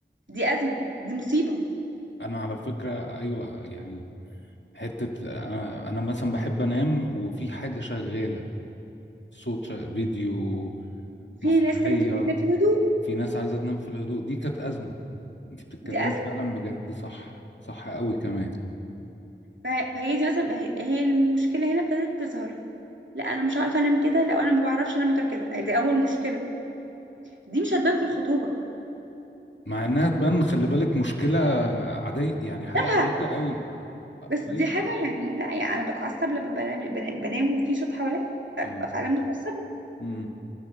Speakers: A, on the right; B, on the left.
A: دي أزمة دي مصيبة
B: انا على فكره ايوه يعني حته انا انا مثلا بحب انام وفي حاجه شغاله صوت شغ... فيديو
A: في
B: مسرحيه
A: ناس تانية تحب تنام في الهدوء
B: في ناس عايزه تنام في الهدوء دي كانت ازمه انت بتتكلمي
A: دي أزمة
B: فعلا بجد صح صح قوي كمان
A: فه- فهي دي مثلا هي هي المشكلة هنا ابتدت تظهر لا أنا مش عارفة أنام كده لا أنا ما بعرفش أنام غير كده دي أول مشكلة دي مش هتبان في الخطوبة
B: مع انها تبان خلي بالك مشكله عاديه يعني حاجه
A: تافهة
B: عبيطه قوي
A: بس دي
B: ايوه
A: حاجة يعني لا يعني أنا بتعصب لما بنام بنام بنام وفي صوت حواليا أبقى
B: اه
A: فعلا متعصبة
B: امم